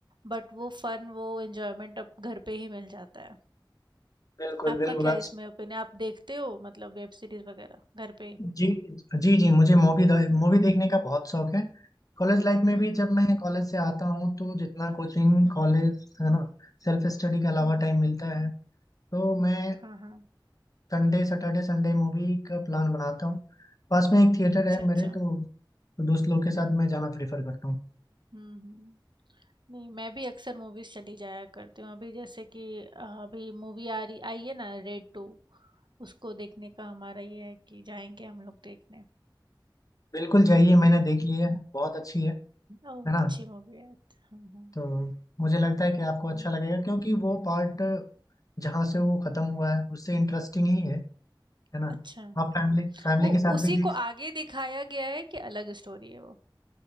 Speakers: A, on the right; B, on the left.
A: बट वो फन वो एंजॉयमेंट अब घर पे ही मिल जाता है
B: बिल्कुल
A: आपका
B: बिल्कुल
A: क्या
B: आप
A: इसमें ओपिनियन आप देखते हो मतलब वेब सीरीज वगैरह घर पे ही
B: जी जी जी मुझे मूवी मूवी देखने का बहुत शौक है कॉलेज लाइफ में
A: हम्म
B: भी
A: हम्म
B: जब मैं कॉलेज से आता हूँ तो जितना कोचिंग
A: हम्म
B: कॉलेज
A: हम्म
B: है ना सेल्फ स्टडी के अलावा
A: हम्म हम्म
B: टाइम मिलता है तो मैं
A: हाँ हाँ
B: संडे सैटरडे संडे मूवी का प्लान बनाता हूँ पास में एक थिएटर
A: अच्छा,
B: है
A: अच्छा।
B: मेरे तो दोस्त लोग के साथ मैं जाना प्रेफर करता हूँ
A: हुँ, हुँ। नहीं, मैं भी अक्सर मूवीज़ चली जाया करती हूँ। अभी जैसे कि अ, अभी मूवी आ रही आई है ना रेड 2 उसको देखने का हमारा ये है कि जाएँगे हम लोग देखने।
B: बिल्कुल जाइए मैंने देख लिया है बहुत अच्छी है
A: ओह!
B: है ना
A: अच्छी मूवी है। हुँ, हुँ।
B: तो मुझे लगता है कि आपको अच्छा
A: हुँ।
B: लगेगा क्योंकि वो पार्ट जहाँ से वो खत्म हुआ है उससे इंटरेस्टिंग ही है है ना
A: अच्छा।
B: आप फैमिली फैमिली
A: वो
B: के साथ
A: उसी
B: भी देख
A: को आगे दिखाया गया है कि अलग स्टोरी है वो?